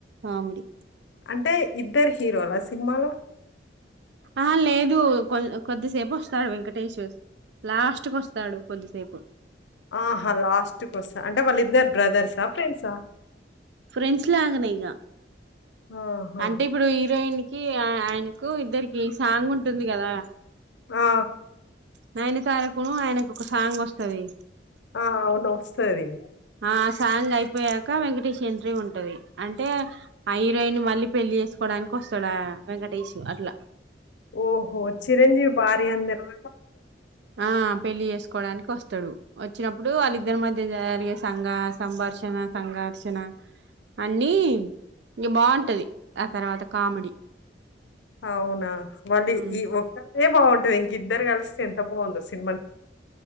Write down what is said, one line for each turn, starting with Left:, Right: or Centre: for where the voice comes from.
Right: కామెడీ
Left: అంటే ఇద్దరు హీరోలా సినిమాలో
Right: ఆ లేదు కొ కొద్దిసేపు వస్తాడు వెంకటేష్ లాస్ట్ క వస్తాడు కొద్దిసేపు
Left: ఆహా లాస్ట్కి వస్తా అంటే వాళ్ళిద్దరు బ్రదర్సా ఫ్రెండ్సా
Right: ఫ్రెండ్స్ లాగనే ఇక
Left: ఆహా!
Right: అంటే ఇప్పుడు హీరోయిన్ ఆయనకు ఇద్దరికి సాంగ్ ఉంటుంది కదా
Left: ఆ
Right: నయన తారకును ఆయనకు ఒక సాంగ్ వస్తుంది
Left: ఆ! అవును. వస్తది.
Right: ఆ సంగ అయిపో ఇ వెంకటేష్ ఎంట్రీ ఉంటంది అంటే ఆ హీరోయి ను మళ్ళీ పెళ్లి చేసుకోవడానికి వస్తాడా వె <unintelligible> అట్లా
Left: ఓహో చిరంజీవి బార్య అందిలా
Right: ఆ పెళ్లిసు కోడానికి వస్తాడు వచ్చినప్పుడు వాళ్ళిద్దరి మధ్య జరిగే సంఘ సంఘర్షణ సంఘర్షణ అన్ని ఇంక బాగుంటది ఆ తర్వాత కామెడీ
Left: అవునా మళ్ళీ
Right: ఉమ్
Left: ఈ ఒక్కరదే బావుంటది ఇంక ఇద్దరు కలిస్తే ఎంత బావుందో సిని